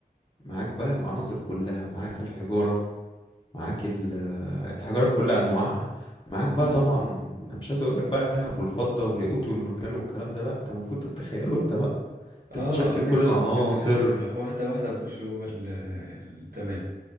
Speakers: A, on the left (about 30°); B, on the right (about 65°).
A: معاك بقى العناصر كلها معاك الحجاره معاك ال- الحجاره بكل انواعها معاك بقى
B: مم.
A: طبعا أنا مش عايز اقول لك بقى الذهب والفضه والياقوت والمرجان والكلام ده بقى انت المفروض تتخيله انت بقى انت
B: اه
A: بتشكل
B: ماشي
A: كل العناصر
B: ان واحدة واحدة بخش جوه ال... تمام